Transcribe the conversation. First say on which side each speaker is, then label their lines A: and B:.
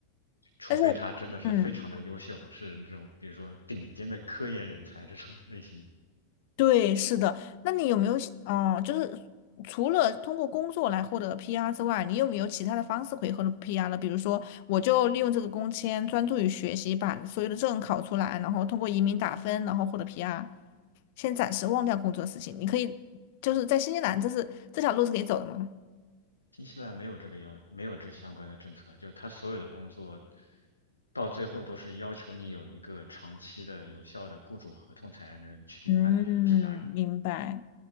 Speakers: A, on the left (about 80°); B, on the left (about 50°).
A: 除非他真的是非常的优秀，
B: 但是，嗯，
A: 是这种比如说顶尖的科研人才这种类型的。
B: 对，是的。那你有没有，嗯，就是除了通过工作来获得 PR 之外，你有没有其他的方式可以获得 PR 呢？比如说，我就利用这个工签专注于学习，把所有的证考出来，然后通过移民打分，然后获得 PR。先暂时忘掉工作的事情，你可以就是在新西兰，这是这条路是可以走的吗？
A: 新西兰没有这个要，没有这相关的政策，就他所有的工作到最后都是要求你有一个长期的有效的雇主合同才能去办理这个
B: 嗯，
A: PR 的。
B: 明白